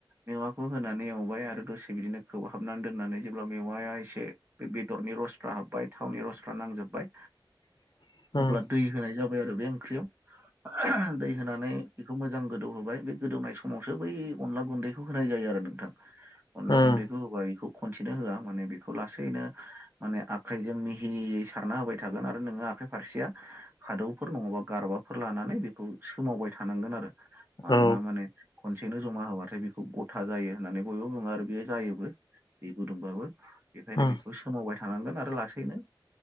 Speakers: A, on the right; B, on the left.
A: मेवाखौ होनानै एवबाय आरो दसे बिदिनो खोबहाबनानै दोननानै जेब्ला मेवाया एसे बे बेदरनि रसफ्रा हाब्बाय थावनि रसफ्रा नांजोबबाय
B: <inaudible> उम
A: अब्ला दै होनाय जाबाय आरो बे ओंख्रियाव <unintelligible> दै होनानै बेखौ मोजां गोदौ होबाय बे गोदौनाय समावसो बै अनला गुन्दैखौ होनाय जायो आरो नोंथां। अनला
B: उम
A: गुन्दै खौ होबाय बेखौ खनसेनो होआ माने बेखौ लासैनो माने आखायजों मिहियै सारना होबाय थागोन आरो नोङो आखाइ फारसेया हादौफोर नङाबा गारबाफोर लानानै सोमावबाय थानांगोन आरो मानोना
B: औ
A: माने खनसेनो जमा होबाथाय बेखौ गथा जायो होननानै बयबो बुङो आरो बेयो जायोबो। दै गुदुंबाबो बेखायनो
B: उम
A: बेखौ सोमावबाय थानांगोन आरो लासैनो